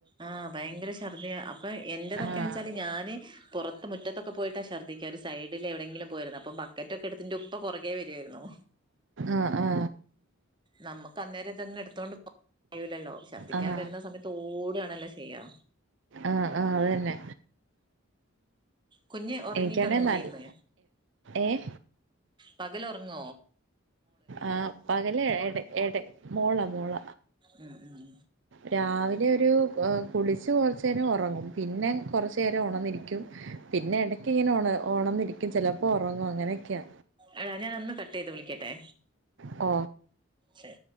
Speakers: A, on the right; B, on the right.
A: ആ ഭയങ്കര ശർദ്ദ്യ അപ്പൊ എന്റോതൊക്കെന്ന്
B: ആഹ്
A: വെച്ചാല് ഞാന് പൊറത്ത് മുറ്റത്തൊക്കെ പോയിട്ടാ ശർദ്ധിക്ക ഒരു സൈഡില് എവിടെങ്കിലും പോയിരുന്ന് അപ്പൊ ബക്കറ്റൊക്കെട്ത്ത് ന്റെ ഉപ്പ പൊറകേ വെരുവായിരുന്നു.
B: ആ ആ
A: നമ്മക്കന്നേരം ഇതൊന്നും എടുത്തോണ്ട് പോവാൻ കയ്യൂലല്ലോ ശർദ്ദിക്കാൻ
B: ആഹ്
A: വെര്ന്ന സമയത്ത് ഓടാണല്ലോ ചെയ്യാ
B: ആ ആ അതെന്നെ
A: കുഞ്ഞ് ഒറങ്ങിട്ടൊന്നുല്ലേന്ന്
B: എനിക്കാണെ നല്ല ഏഹ്
A: പകലൊർങോ
B: ആ പകല് എടെ എടെ മോള മോള
A: ഉം ഉം
B: രാവിലെ ഒരു കുളിച്ച് കൊർച്ചേരം ഒറങ്ങും പിന്നെ കൊർച്ചേരം ഒണന്നിരിക്കും പിന്നെ എടയ്ക്ക്ങ്ങനെ ഒണ ഒണന്നിരിക്കും ചെലപ്പോ ഉറങ്ങും അങ്ങനൊക്ക്യാ
A: എടാ ഞാനൊന്ന് കട്ട് ചെയ്ത് വിളിക്കട്ടെ
B: ഓ
A: ശരി